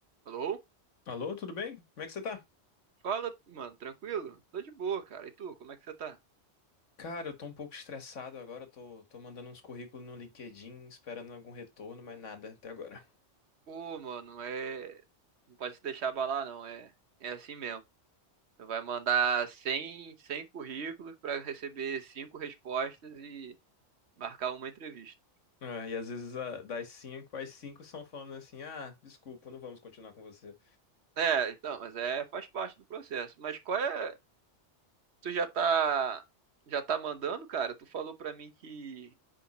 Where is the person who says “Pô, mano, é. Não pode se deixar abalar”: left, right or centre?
Right